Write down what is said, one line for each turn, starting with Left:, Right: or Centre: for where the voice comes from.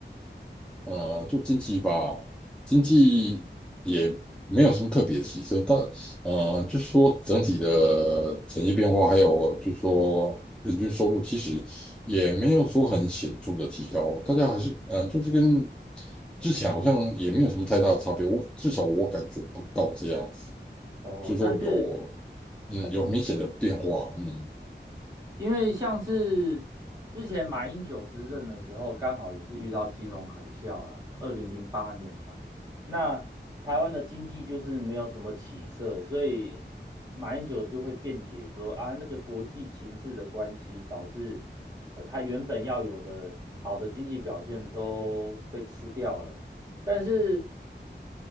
Centre: 呃，就经济吧，经济也没有什么特别的起色，但呃，就是说整体的产业变化，还有就是说人均收入，其实也没有说很显著的提高，大家还是呃，就是跟之前好像也没有什么太大的差别，我至少我感觉不到这样子，
Right: 哦，
Centre: 就是说有
Right: 但是，
Centre: 嗯有明显的变化，
Right: 嗯，
Centre: 嗯。
Right: 因为像是之前马英九执政的时候，刚好也是遇到金融海啸啦，二零零八年嘛。那台湾的经济就是没有什么起色，所以马英九就会辩解说啊，那个国际情势的关系，导致呃他原本要有的好的经济表现都被吃掉了。但是